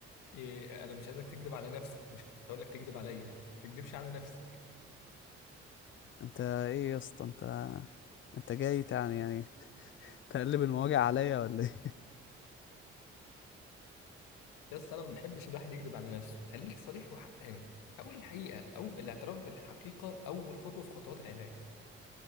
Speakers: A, on the left (about 65°); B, on the left (about 35°).
A: إيه انا مش عايزك تكذب على نفسك مش هقول لك تكذب عليا تكذبش على نفسك
B: انت ايه يا اسطى انت انت جاي يعني يعني تقلب المواجع عليا ولا ايه
A: <laughs> يا اسطى انا ما بحبش الواحد يكذب على نفسه خليك صريح وحقاني اقول الحقيقة او الاعتراف بالحقيقة اول خطوة في خطوات العلاج